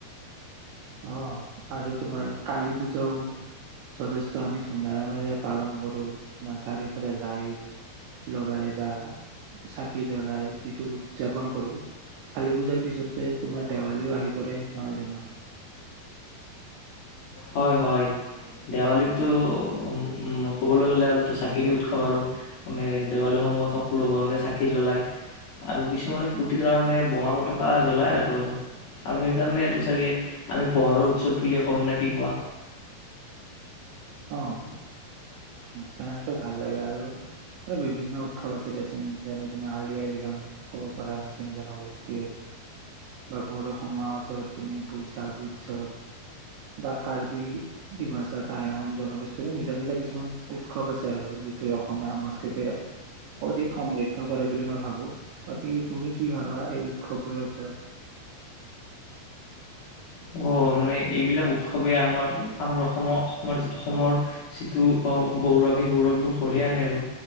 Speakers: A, on the right; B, on the left.
A: অ', আৰু তোমাৰ কালি পূজাও যথেষ্ট আমি ধুমধামেৰে পালন কৰো, তোমাৰ চাৰিওফালে লাইট লগাই, বা চাকি জ্বলাই যিটো উদযাপন কৰো, কালী পূজাৰ পিছতে তোমাৰ দেৱালীও আহি পৰে, নহয় জানো?
B: হয়, হয়, দেৱালীটো উম, উম, ক'বলৈ গলে আৰুটো চাকিৰ উৎসৱ আৰু মানে, দেৱালী সময়ত সকলো ঘৰতে চাকি জ্বলাই আৰু কিছুমানে ফূৰ্তিৰ কাৰণে বোমা পতকা জ্বলাই আৰু আৰু আৰু সেইকাৰণে এইটো চাগে আমি পোহৰৰ উৎসৱ বুলিয়ে কওঁ নেকি? কি কোৱা?
A: অ', কাৰণটো ভাল লাগে আৰু আৰু বিভিন্ন উৎসৱ আছে, দেিয়াচোন যেনে, তুমি আলি আই লিগাং ক'ব পাৰা, মিচিং জনগোষ্ঠীৰ, বা বড়ো সমাজৰ তুমি বৈশাগ উৎসৱ বা কাৰ্বি ডিমাচা টাই আহোম জনগোষ্ঠীৰৰে নিজা, নিজা কিছুমান উৎসৱ আছে আৰু যিটোৱে অসমীয়া সংস্কৃতিয়ে, অধিক সমৃদ্ধ কৰে বুলি মই ভাবো, বাকী তুমি কি ভাবা এই উৎসৱবোৰৰ ওপৰত?
B: অ'। মানে, এইবিলাক উৎসৱে আমাৰ আমাৰ অসমৰ, অসমৰ, অসমৰ যিটো গৌৰৱ সেই গৌৰৱবোৰ আনে আৰু